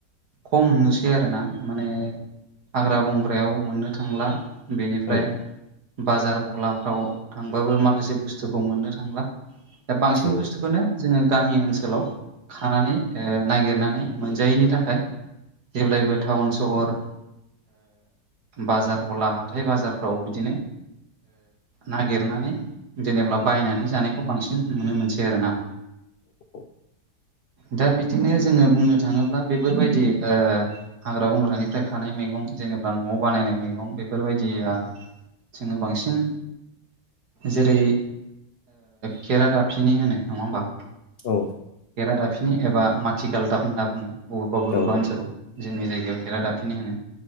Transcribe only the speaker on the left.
औ
औ
<inaudible>
औ
औ